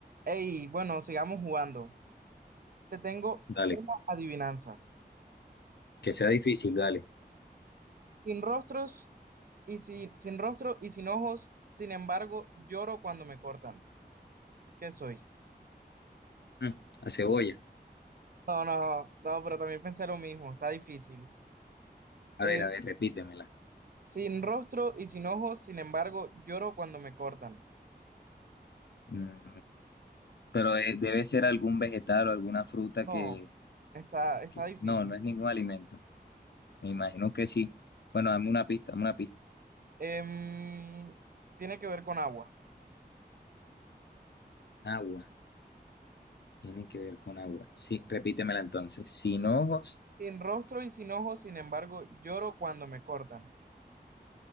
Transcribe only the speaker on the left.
Dale,
que sea difícil, dale.
Mm, La cebolla.
A
ver, a ver, repítemela.
Mm, Pero eh, debe ser algún vegetal o alguna fruta
que,
que-
No, no es ningún alimento. Me imagino que sí. Bueno, dame una pista, dame una pista.
Agua. Tiene que ver con agua. Sí, repítemela entonces. Sin ojos,